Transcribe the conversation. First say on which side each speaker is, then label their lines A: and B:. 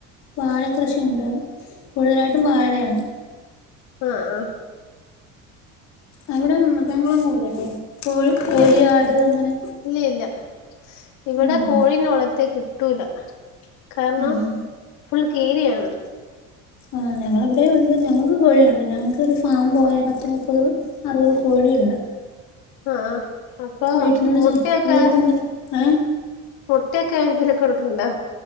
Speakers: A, on the left; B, on the left.
A: വാഴ കൃഷിയുണ്ട് കൂടുതലായിട്ടും വാഴയാണ്
B: ആ ആ
A: അവിടെ മൃഗങ്ങളൊന്നുംല്ലല്ലേ കോഴി
B: ഇല്ല
A: കോഴിയാട് അങ്ങനെ
B: ഇല്ല ഇല്ല ഇവിടെ
A: ഉം
B: കോഴീനോളത്തേക്ക്ട്ട തൂല കാരണം
A: ആഹ്
B: ഫുൽ കീരിയാണ്
A: ആ ഞങ്ങവിടെയുണ്ട് ഞങ്ങൾക്ക് കോഴിയുണ്ട് ഞങ്ങൾക്ക് ഒരു ഫാം പോലെ പത്ത് മുപ്പത് അറുപത് കോഴിയുണ്ട്
B: അ ആ അപ്പൊ
A: വീട്ടിനോട്
B: മുട്ടയൊക്കെ
A: ചേ വീട്ടിന് ഏഹ്
B: മുട്ടയൊക്കെ ങ്ങനെ കൊടുക്ക തുണ്ടോ